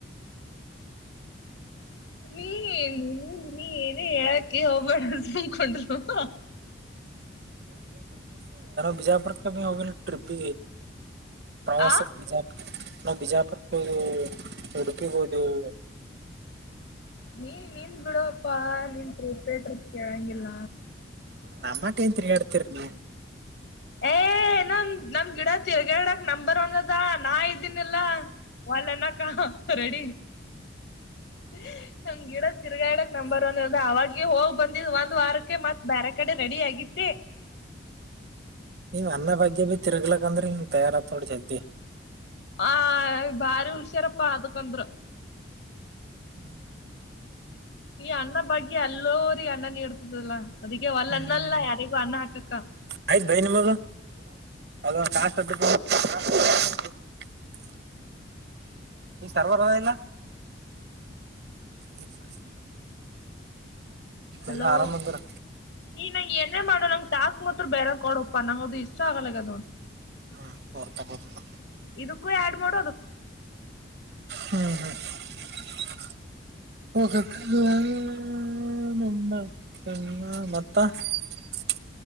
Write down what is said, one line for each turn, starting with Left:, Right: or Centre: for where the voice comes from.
Left: <inaudible> ನೀ ನೀ ನೀ <unintelligible> ನೀ ಏನ ಹೇಳಕ ಹೋಗ್ಬೇಡ <unintelligible> ಹಂಬಕೊಂಡರು <unintelligible>
Right: ಬಿಜಾಪುರಕ್ಕೆ ಹೋಗ ಟ್ರಿಪ್ ಪ್ರವಾಸ
Left: ಆ
Right: ಬಿಜಾಪು <unintelligible> ನ ಬಿಜಾಪು ಹೋಗು ಉಡುಪಿ ಹದು <unintelligible>
Left: ನೀ ನೀನ್ ಬಿಡುವಪ್ಪಾ ನೀನ್ಟ್ರ <unintelligible> ಕೆಳಂಗಿಲ್ಲ
Right: ನಮ್ಮ <unintelligible> ನ್ ತಿೀಗ ಅಡ್ತರ್ನ
Left: ಏ ನಮ ನಮ್ ಗಿಡ ತಿರ್ಗಾಗಿಡಕ್ ನಂಬರ್ ಒನ್ ಅದ ನಾ ಇದ್ದೀನಿಲ್ಲ ಒಲ್ಲನಕ ರೆಡಿ <unintelligible> ನಮ್ ಗಿಡ ತಿರ್ಗಾ ಇಿಡಕ್ ನಂಬರ್ ಒನ್ ಅದ ಅವಾಗ ಹೋಗ್ ಬಂದಿದ್ ಒಂದ ವಾರಕ್ಕೆ ಮತ್ತ ಬೇರೆ ಕಡೆ ರ <unintelligible> ರೆಡಿ ಆಗತ್ತ <unintelligible>
Right: ನೀವ್ ಅನ್ನ ಬಗ್ಗೆ ಭ ತಿರ್ಗ್ಲಕ್ ಅಂದ್ರೆ ನಿಂಗ್ ತಯಾರತ್ತೋಡ್ ಜಲ್ <unintelligible>
Left: ಆ ಬಾರಿ ಹುಷಾರಪ್ಪಾ ಅದಕಂದ್ರ
Right: ಹ್ಮ್ <inaudible>
Left: ಈ ಅ್ಣ ಬಗ್ಗೆ ಎಲ್ಲೋನೊ <unintelligible> ಅನ್ನ ನೀಡ್ತದಲ್ಲಾ ಅದಕ್ಕೆ ಒಲ್
Right: ಹ್ಮ್
Left: ಅನ್ನ ಅಲ್ಲ ಯಾರಿಗೂ ಅನ್ನ ಹಾಕಕ್ಕ <unintelligible>
Right: ಆಯ್ತ್ ಬೈ ನಿಮಗ <unintelligible> ಸರ್ವರೇ ಇಲ್ಲ <inaudible>
Left: ಹಲೋ
Right: ಎಲ್ಲಾ ಆರಾಮ್ ಅಂದ್ರ
Left: ನೀ ನಂಗ ನೇ ಮಾಡೋ ನಂಗ ಟಾಸ್ಕ್ ಮ <unintelligible> <unintelligible> ಬೇರೆ ಕೊಡಪ್ಪ ನಂಗದು ಇಷ್ಟ ಆಗಲ್ಲದು
Right: ಹ್ಮ್ ಬರ್ತಾ ಬರ್ತಾ
Left: ಇದಕ್ಕೂ ಆ <unintelligible> <unintelligible> ಹಾಡ್ ಮಾಡು
Right: ಹ್ಮ್ ಹ್ಮ್ <inaudible>
Left: <inaudible>
Right: <unintelligible> <inaudible>